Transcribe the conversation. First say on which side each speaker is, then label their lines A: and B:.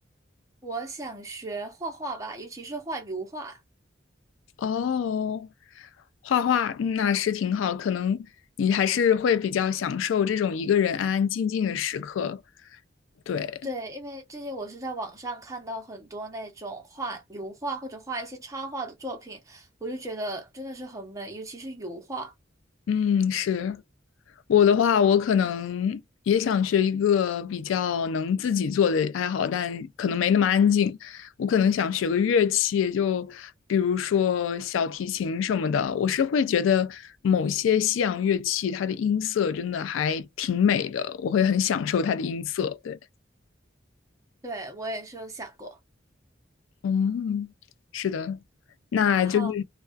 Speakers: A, on the right; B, on the left.
A: 我想学画画吧，尤其是画油画。
B: 哦，画画那是挺好，可能你还是会比较享受这种一个人安安静静的时刻。对，
A: 对，因为最近我是在网上看到很多那种画油画或者画一些插画的作品，我就觉得真的是很美，尤其是油画。
B: 嗯，是。我的话，我可能也想学一个比较能自己做的爱好，但可能没那么安静。我可能想学个乐器，就比如说小提琴什么的。我是会觉得某些西洋乐器它的音色真的还挺美的，我会很享受它的音色。对。
A: 对，我也是有想过。
B: 嗯，是的，那就是，
A: 好，